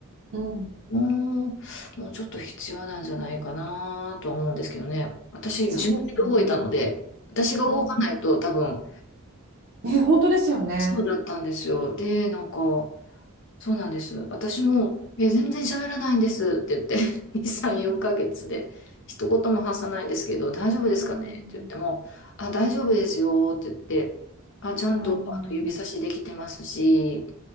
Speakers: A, on the right; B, on the left.
A: うん。
B: もう、もうちょっと必要なんじゃないかなとは思うんですけどね。私、
A: そうですよね。
B: 自分で動いたので、私が動かないと多分、
A: うん。え、本当ですよね。
B: そうだったんですよ。で、なんか、そうなんです。私も、え、全然喋らないんですって言って、<laughs> 2、3、
A: うん、
B: 4ヶ月で、一言も発さないんですけど、大丈夫ですかねって言っても、
A: うん、
B: あ、大丈夫ですよって言って、あ、ちゃんとあの指差しできてますし、
A: うん、